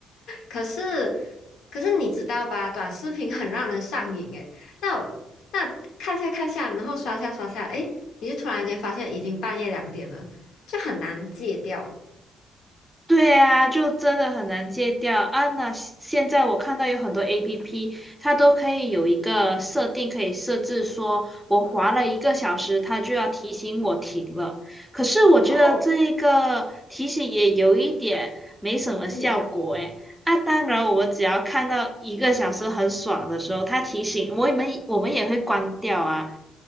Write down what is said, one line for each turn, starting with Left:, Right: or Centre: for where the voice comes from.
Left: 可是可是你知道吧，短视频很让人上瘾诶。那我那看下看下，然后刷下刷下，诶，你就突然间发现已经半夜两点了，就很难戒掉。
Centre: 对啊，就真的很难戒掉啊！那现在我看到有很多 APP，它都可以有一个设定，可以设置说，我滑了一个小时，它就要提醒我停了。可是我觉得这一个提醒也有一点没什么效果诶，
Left: 哦，嗯，
Centre: 啊，当然，我们只要看到一个小时很爽的时候，它提醒我们，我们也会关掉啊。